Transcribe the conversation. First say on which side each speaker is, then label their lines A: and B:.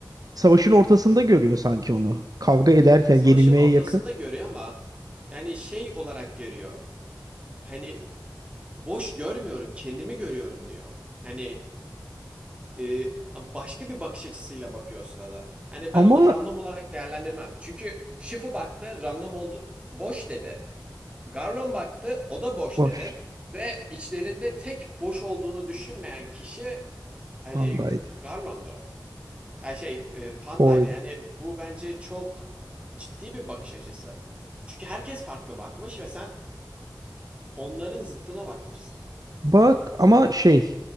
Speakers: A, on the right; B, on the right.
A: Savaşın ortasında görüyor sanki onu. Kavga ederken
B: Savaşın
A: yenilmeye
B: ortasında
A: yakın.
B: görüyor ama yani şey olarak görüyor. Hani boş görmüyorum, kendimi görüyorum diyor. Hani e, başka bir bakış açısıyla bakıyor o sırada. Hani
A: Ama
B: ben onu random olarak değerlendirmem. Çünkü Shifu baktı, random oldu, boş dedi. Garlon baktı, o da boş
A: boş
B: dedi. Ve içlerinde tek boş olduğunu düşünmeyen kişi hani
A: andaydı.
B: Garlon'du. Yani şey e, pandaydı
A: Poydu.
B: yani bu bence çok ciddi bir bakış açısı. Çünkü herkes farklı bakmış ve sen onların zıttına bakmışsın.
A: Bak ama şey